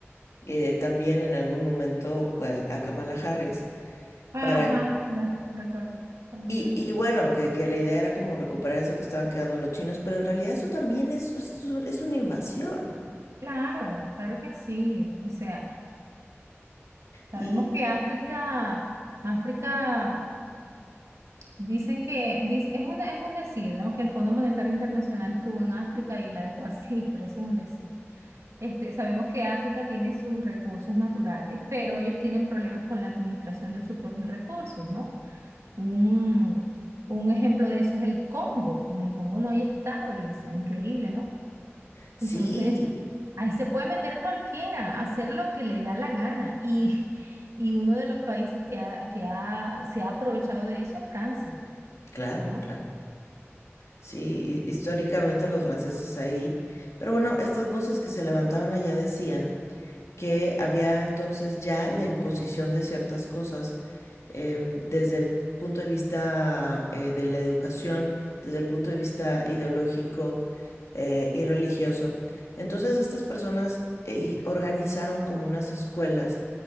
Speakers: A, on the left; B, on the right.
A: eh, también en algún momento eh, a Kamala Harris
B: Ajá,
A: para...
B: ya, recuerdo cómo
A: Y,
B: les hablo.
A: y bueno, que, que la idea era como recuperar eso que estaban quedando los chinos, pero en realidad eso también es, es, un- es una invasión.
B: Claro, claro que sí. O sea, sabemos
A: Y
B: que África, África, dicen que, dic- es una, es un decir, ¿no? Que el Fondo Monetario Internacional estuvo en África y la dejó así, <laughs> pero eso es un decir. Este, sabemos que África tiene sus recursos naturales, pero ellos tienen problemas con la administración de sus propios recursos, ¿no? Un, un ejemplo de eso es el Congo. En el Congo no hay estado, Elisa, increíble, ¿no?
A: sí,
B: Entonces, ahí se puede meter cualquiera, hacer lo que le da la gana. Y, <laughs> y uno de los países que, ha- que ha- se ha aprovechado de eso es Francia,
A: claro,
B: ¿no?
A: claro. Sí, hi- históricamente los franceses ahí. Pero bueno, estas voces que se levantaban allá decían que había entonces ya la imposición de ciertas cosas em, desde el punto de vista eh, de la educación, desde el punto de vista ideológico eh, y religioso. Entonces estas personas eh, organizaron como unas escuelas